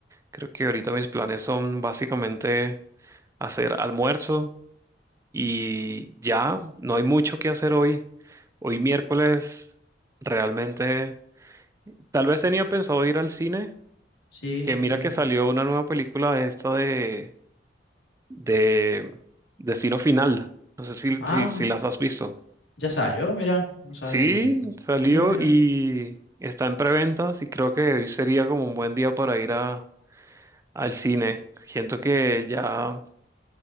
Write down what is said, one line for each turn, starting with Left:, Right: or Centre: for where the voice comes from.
Right: Creo que ahorita mis planes son básicamente hacer almuerzo y ya no hay mucho que hacer hoy. Hoy miércoles, realmente, tal vez tenía pensado ir al cine,
Left: Sí,
Right: que mira
Left: mira.
Right: que salió una nueva película esta de, de Destino Final. No sé si,
Left: Ah,
Right: si, si las has visto.
Left: ya salió, mira. No sabía
Right: Sí,
Left: que...
Right: salió
Left: Mira, mira.
Right: y está en preventas y creo que hoy sería como un buen día para ir a, al cine. Siento que ya